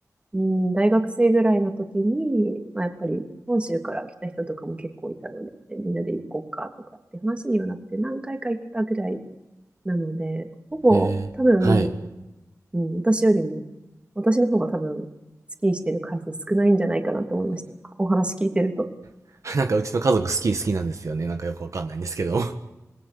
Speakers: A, on the right; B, on the right.
A: うん、大学生ぐらいの時に、まあ、やっぱり本州から来た人とかも結構いたので、みんなで行こうかとかって話にはなって何回か行ったぐらいなので、ほぼ多分、
B: え、はい。
A: うん、私よりも、私の方が多分、スキーしてる回数少ないんじゃないかなって思いました。お話聞いてると。
B: <laughs> なんかうちの家族スキー好きなんですよね。なんかよくわかんないんですけど。